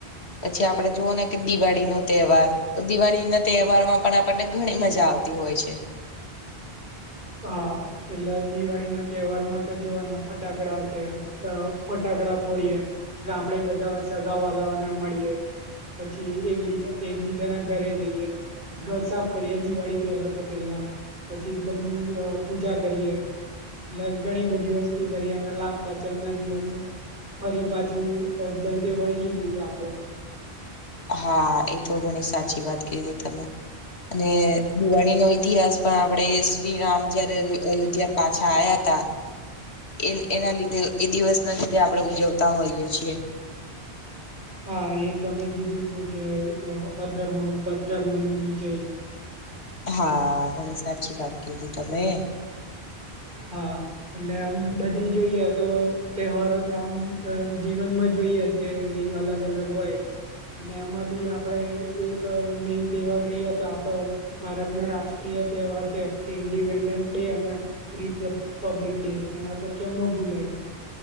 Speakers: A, on the left; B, on the right.
A: પછી આપડે જુઓ ને કે દિવાળી ન તહેવાર તો દિવાળી ના તહેવાર માં પણ આપણને ઘણી મજા આવતી હોય છે.
B: હા એટલે દિવાળી ના તહેવાર માં તો જોુવા ને ફટાકડા છે ફટાકડા ફોડીએ ગામડે બધા સગા વાળાઓને મળીએે પછી એકબીજા એકબીજાના ઘરે જઈએ ઘર સાફ કરીએ દિવાળી પેલા તો પેલા પછી ધમની પૂજા કરીએ એટલે ઘણી બધી વસ્તુ કરીએ અને લાંબ પાચમ ના દિવસે ફરી પાછું ધંધે વળગી જઈએ આપડે
A: હા એ તો ઘણી સાચી વાત કીધી તમે અને દિવાળી નો ઇતિહાસ પણ આપડ શ્રીરામ જયારે અયોધ્યા પાછા આવ્યા ત એ એના લીધે એ દિવસ ના લીધે આપણે ઉજવતા હોઈએ છીએ
B: હા એ તમે કીધું હતું કે અધર્મ ઉપર ધર્મ નો વિજય
A: હા ઘણી સાચી વાત કીધી તમે
B: હા એટલે આમ બધી જોઈએ તો તહેવારો તો આમ જીવનમાં જોઈએ જ કે ભાઈ અલગ અલગ હોય અને એમાં બી આપડે એક મેન તહેવાર કહીએ તો આપડો ભારતનો રાષ્ટ્રીય તહેવાર છે કે ઇન્ડિપેન્ડન્સ ડે અને રિપ પબ્લિક ડે એના તો કેમ ન ભૂલાય